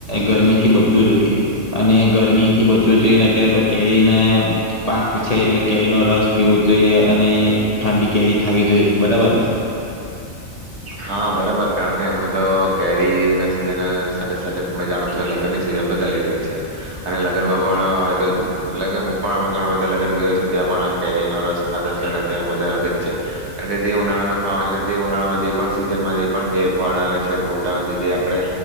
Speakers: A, on the left (about 30°); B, on the right (about 55°).
A: ગરમીથી બચવું જોઈએ. અને ગરમીથી બચવું જોઈએ ને અત્યારે તો કેરી ના પાક છે એટલે કેરીનો રસ પીવો જ જોઈએ. અને ઠંડી કેરી ખાવી જોઈએ. બરાબર ને?
B: હા, બરાબર કારણ કે હમણા તો કેરી ના સીઝન સાથે સાથે તમે જાણો જ છો કે લગ્નની સિઝન પણ ચાલી રહી છે. અને લગ્નમાં પણ હવે તો એટલે કે હું પણ આ ઘણા બધા લગ્ન ગયો છું ને ત્યાં પણ આ કેરીનો રસ ખાધો છે અને ત્યાં મજા અલગ જ છે. કારણ કે જે ઉનાળામાં ખાવાની એટલે જે, ઉનાળામાં જે પણ સીઝનમાં જે પણ કેરી ફળ આવે છે ફ્રૂટ આવે છે તે આપણે